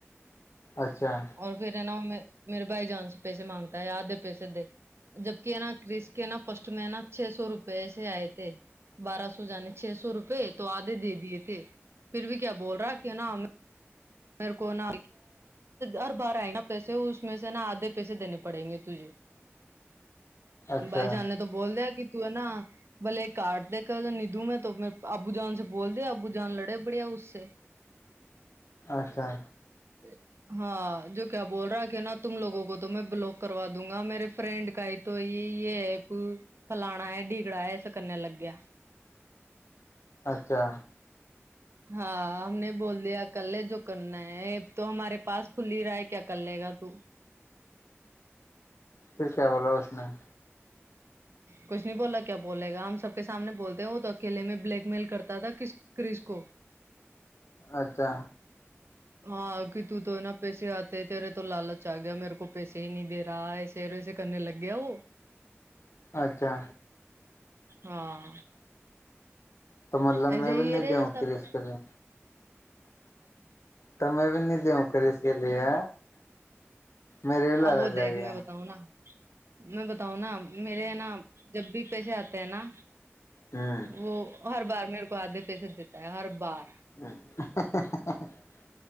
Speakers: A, on the left (about 75°); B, on the right (about 60°).
A: اچھا
B: اور پھر ہے نا میں میرے بھائی جان سے پیسے مانگتا ہے یاد دے پیسے دے جبک ہے نا کرس کے نا فرسٹ میں ہے نا چھ سو روپے سے آئے تھے بارہ سو جانے چھ سو روپئے تو آدھے دے دیے تھے پھر بھی کیا بول رہا کہ نا ہمیں میرے کو نا ہر بارہ آئیں گا نا پیسے اس میں سے نا آدھے پیسے دینے پڑیں گے تجھے
A: اچھا
B: بھائی جاننے تو بول کہ ہے نا بلے کاٹ د کر ندوں میں تو ابو جان سے بول دے آبو جان لڑے بڑیا اس سے
A: اچھا
B: جی ہاں جو کیا بول رہا ہے کہ نا تم لوگوں کو تو میں بلاک کروا دوں گا میرے فرینڈ کا تو یہ یہ ہے پ فلانا ہے ڈگڑا ہے اس کرنے لگ گیا
A: اچھا
B: ہاں ہم نے بول دیا کر لے جو کرنا ہے اب تو ہمارے پاس کھ ہی رہا ہے کیا کر لے گا تو
A: پھر کیا بولاو اس نہیں
B: کچھ نہیں بولا کیا بولے گا ہم سب کے سامنے بولتے ہیں وہ تو اکیے میں بلیک میل کرتا تھا کس کرش کو
A: اچھا
B: ہاں کی تو تو ہے نا پیسے آتے تیرے تو لالچ آ گیا میرے کو پیسے ہی نہیں دے رہا ایس سیر اس سےےنے لگےؤ
A: اچھا
B: ہاں
A: تو مطلب
B: ایسے
A: میں بھی
B: ہی
A: نہیں
B: رے
A: دوں
B: سب
A: پری اس کے لیے تو میں بھی نہیں د ہ کرس کے لیے میرے بھی لارا
B: اب وہ
A: جائے
B: دیکھ
A: گیا
B: میں بتاؤں نا میں بتاؤں نا میرے نا جب بھی پیسے آتے ہیں نا
A: ہوں
B: وہ ہر بار میرے کو آدھے پیسے دیتا ہے ہر بار
A: <unintelligible>